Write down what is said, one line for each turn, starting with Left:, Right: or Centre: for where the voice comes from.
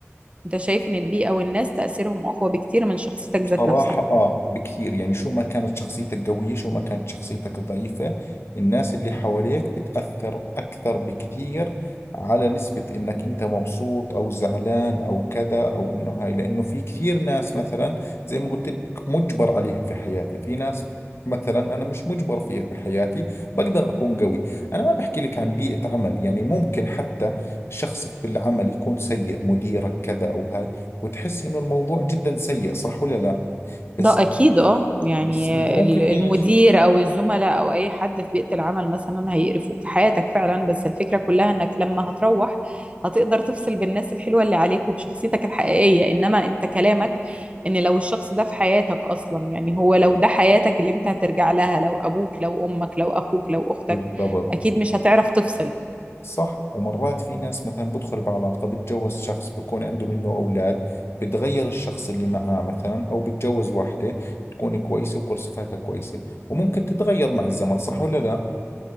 Right: أنت شايف إن البيئة والناس تأثيرهم أقوى بكتير من شخصيتك ذات
Left: صراحة
Right: نفسها
Left: آه بكثير يعني شو ما كانت شخصيتك قوية شو ما كانت شخصيتك ضعيفة الناس اللي حواليك بتأثر أكثر بكثير على نسبة إنك أنت مبسوط أو زعلان أو كذا أو إنه هاي لأنه في كثير ناس مثلا زي ما قلت لك مجبر عليها في حياتي في ناس مثلا أنا مش مجبر فيها بحياتي بقدر أكون قوي أنا ما بحكي لك عن بيئة عمل يعني ممكن حتى شخص بالعمل يكون سيء مديرك كذا أو هاي وتحس إنه الموضوع جدا سيء صح ولا لا بس
Right: ده اكيد اه يعني
Left: بس انت ممكن
Right: ال- المدير
Left: ايش
Right: او الزملاء او اي حد في بيئة العمل مثلا هيقرفوك في حياتك فعلا بس الفكرة كلها انك لما هتروح هتقدر تفصل بالناس الحلوة اللي عليك وبشخصيتك الحقيقية انما انت كلامك ان لو الشخص ده في حياتك اصلا يعني هو لو ده حياتك اللي انت هترجع لها لو ابوك لو امك لو اخوك لو اختك
Left: بالضبط
Right: اكيد مش هتعرف تفصل
Left: صح ومرات في ناس مثلا بدخل بعلاقة بتجوز شخص بكون عنده منه أولاد بتغير الشخص اللي معاه مثلا أو بتجوز واحدة بتكون كويسة وكل صفاتها كويسة وممكن تتغير مع الزمن صح ولا لا